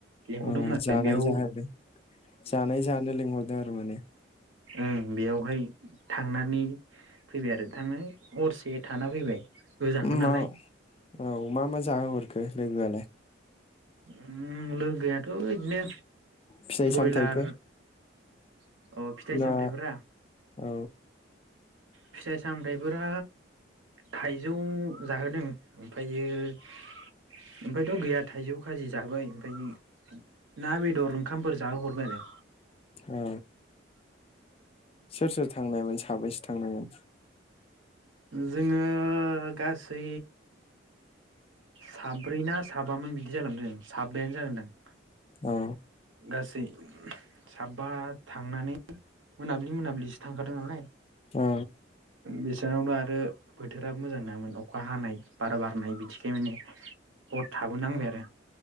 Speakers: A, on the right (about 80°); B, on the left (about 30°).
A: लेंहरदोंमोन
B: अ
A: आरो
B: जानाय
A: बेयाव
B: जाहोदो जानाय जानो लिंहरदों। माने
A: ओं बेयावहाय थांनानै फैबाय आरो थांनानै हरसे थाना फैबाय। गोजानबो
B: मा
A: नालाय
B: औ मा मा जाहोहरखो लोगोआलाय?
A: उम लोगोआथ' इदिनो
B: फिथाइ
A: बयलार
B: सामथाइफोर
A: अ फिथाइ
B: ना
A: सामथाइफोरा
B: औ
A: फिथाइ सामथाइफोरा थाइजौ जाहोदों ओमफायो ओमफायथ' गैया थाइजौ खाजि जाहोबाय ओमफायो ना बेदर ओंखामफोर जाहोहरबाय आरो
B: औ सोर सोर थांनायमोन साब बैसे थांनायमोन?
A: जोङो गासै साब्रै ना साबामोन बिदि जालांदों साबायानो जागोनदां।
B: औ
A: गासै साबा थांनानै मोनाब्लि मोनाब्लिसो थांखादों नालाय।
B: औ
A: बेसानावनो आरो बोथोरा मोजां नङामोन अखा हानाय बारा बारनाय बिदिखाय माने हर थाबोनांबाय आरो